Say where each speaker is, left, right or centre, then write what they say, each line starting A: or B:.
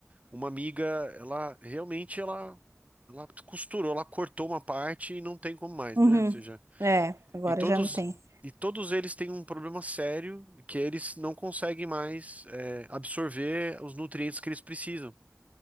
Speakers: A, on the right; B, on the right.
A: uma amiga, ela realmente ela, ela costurou, ela cortou uma parte e não tem como mais,
B: uhum.
A: né? Ou seja,
B: É, agora
A: e todos
B: já não tem.
A: e todos eles têm um problema sério que eles não conseguem mais é, absorver os nutrientes que eles precisam.